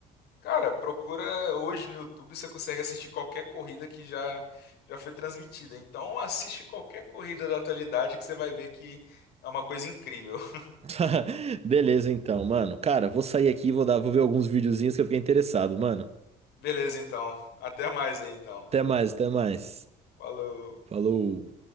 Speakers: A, on the left; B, on the right.
A: Cara, procura hoje no YouTube, você consegue assistir qualquer corrida que já, já foi transmitida. Então assiste qualquer corrida da atualidade que você vai ver que é uma coisa incrível. <laughs>
B: <laughs> Beleza, então, mano. Cara, vou sair aqui, vou dar, vou ver alguns videozinhos que eu fiquei interessado, mano.
A: Beleza, então. Até mais aí, então.
B: Até mais, até mais.
A: Falou.
B: Falou.